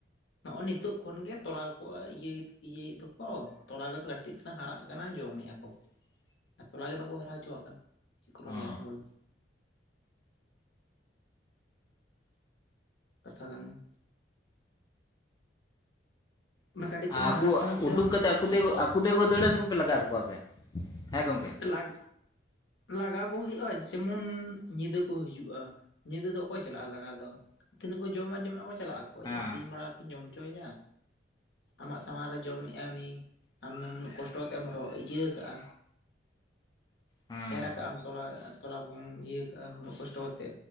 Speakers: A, on the left; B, on the left.
A: ᱱᱚᱜᱼᱚᱭ ᱱᱤᱛᱚᱜ ᱠᱷᱚᱱᱜᱮ ᱛᱚᱞᱟ ᱠᱚᱜ ᱤᱭᱟᱹ ᱤᱭᱟᱹᱭᱮᱫ ᱫᱚᱠᱚ ᱛᱚᱞᱟ ᱠᱟᱛᱮ ᱠᱟᱹᱴᱤᱡ ᱪᱟᱞᱟᱝ ᱦᱟᱨᱟᱜ ᱠᱟᱱᱟ ᱡᱚᱢᱮᱫᱼᱟ ᱠᱚ᱾
B: <inaudible>
A: ᱟᱨ ᱛᱚᱞᱟ ᱜᱮ ᱵᱟᱠᱚ ᱦᱟᱨᱟ ᱦᱚᱪᱚᱣᱟᱜ ᱠᱟᱱ ᱪᱮᱫ ᱠᱚ ᱨᱚᱦᱚᱭᱟ
B: ᱚ
A: ᱦᱩᱲᱩ᱾ ᱠᱟᱛᱷᱟ ᱠᱟᱱᱟ ᱾ ᱚᱱᱟ ᱠᱟᱹᱴᱤᱡ ᱪᱟᱞᱟᱝ
B: ᱟᱠᱚᱣᱟᱜ
A: ᱦᱟᱨᱟᱜ ᱠᱟᱱᱟ ᱥᱮ
B: ᱩᱰᱩᱠ
A: ᱵᱟᱝ
B: ᱠᱟᱛᱮ ᱟᱹᱠᱩ
A: ᱡᱚᱢ
B: ᱛᱮᱜᱮ ᱟᱹᱠᱩ ᱛᱮᱜᱮᱠ ᱫᱟᱹᱲᱟ ᱥᱮᱠᱚᱯᱮ ᱞᱟᱜᱟ ᱟᱜᱩ ᱠᱚᱣᱟᱯᱮ ᱦᱮᱸ ᱜᱚᱝᱠᱮ?
A: ᱞᱟᱜ ᱞᱟᱜᱟᱣ ᱠᱚ ᱦᱩᱭᱩᱜ-ᱟ ᱡᱮᱢᱚᱱ, ᱧᱤᱫᱟᱹ ᱠᱚ ᱦᱤᱡᱩᱜ-ᱟ᱾ ᱧᱤᱫᱟᱹ ᱫᱚ ᱚᱠᱚᱭ ᱪᱟᱞᱟᱜᱼᱟ ᱞᱟᱜᱟ ᱫᱚ, ᱛᱤᱱᱟᱹᱜ ᱠᱚ ᱡᱚᱢᱟ ᱡᱚᱢᱟᱠᱚ᱾ ᱪᱟᱞᱟᱜ ᱟᱠᱚ
B: ᱦᱮᱸ
A: ᱡᱮᱢᱚᱱ ᱥᱤᱧ ᱵᱟᱲᱟ ᱠᱤᱢ ᱡᱚᱢ ᱦᱚᱪᱚᱭᱭᱟ? ᱟᱢᱟᱜ ᱥᱟᱢᱟᱱ ᱨᱮ ᱡᱚᱢᱮᱫ-ᱟᱭ ᱩᱱᱤ ᱟᱢᱮᱢ ᱠᱚᱥᱴᱚ ᱠᱟᱛᱮᱜ ᱮᱢᱚ ᱨᱚᱜ ᱤᱭᱟᱹ ᱠᱟᱜᱼᱟ᱾
B: ᱦᱮᱸ
A: ᱮᱨ
B: ᱦᱮᱸ
A: ᱟᱠᱟᱜ ᱟᱢ ᱛᱷᱚᱞᱟᱻ ᱛᱚᱞᱟ ᱡᱚᱵᱚᱵ ᱤᱭᱟᱹ ᱠᱟᱜᱼᱟ ᱩᱱᱟᱹᱜ ᱠᱚᱥᱴᱚ ᱠᱟᱛᱮ,